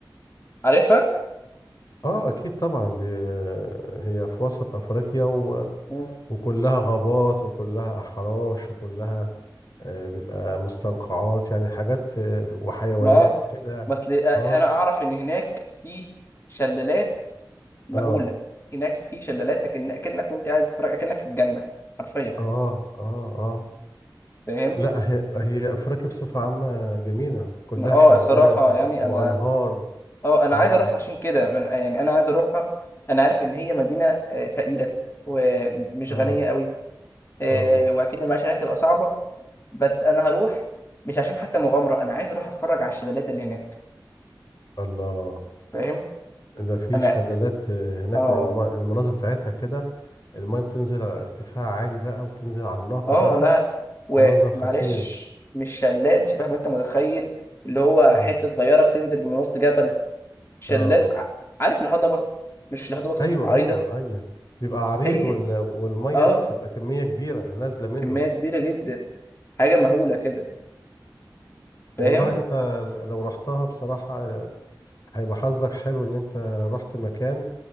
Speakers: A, on the left (about 35°); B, on the left (about 50°).
A: عارفها
B: اه اكيد طبعا دي هي في وسط افريقيا و...
A: مم.
B: وكلها غابات وكلها احراش وكلها آه، بيبقى مستنقعات يعني حاجات آه، وحيوانات
A: ما اه
B: وكده يعني
A: بس ل- آه،
B: اه
A: انا اعرف ان هناك في شلالات مهولة
B: اه
A: هناك في شلالات اكن اكنك وانت قاعد تتفرج اكنك في الجنة حرفيا
B: اه اه اه
A: فاهم
B: لا هي هي افريقيا بصفة عامة جميلة كلها
A: اه
B: شلالات
A: الصراحة
B: و-
A: يعني
B: وانهار
A: انا اه انا
B: اه
A: عايز اروح عشان كده من يعني انا عايز اروحها انا عارف ان هي مدينة آه، فقيرة ومش
B: اه
A: غنية قوي آه،
B: اه
A: واكيد المعيشه هناك تبقى صعبه بس انا هروح مش عشان حتى مغامره انا عايز اروح اتفرج على الشلالات اللي هناك
B: الله
A: فاهم
B: ده في
A: انا
B: شلالات آه، هناك
A: اه
B: الم- المناظر بتاعتها كده المايه بتنزل على ارتفاع عالي بقى وبتنزل على النهر
A: اه
B: بقى
A: لا ومعلش
B: منظر خطير
A: مش شلال شبه ما انت متخيل اللي هو
B: مم.
A: حته صغيره بتنزل من وسط جبل شلال
B: اه
A: ع- عارف الهضبه مش الهضبه
B: ايوه
A: عريضه
B: ايوه ايوه بيبقى عريض
A: هي
B: وال... والميه
A: اه
B: بتبقى كميه كبيره نازله منه
A: كميه كبيره جدا حاجه مهوله كده فاهم
B: والله انت لو رحتها بصراحه هيبقى حظك حلو ان انت رحت مكان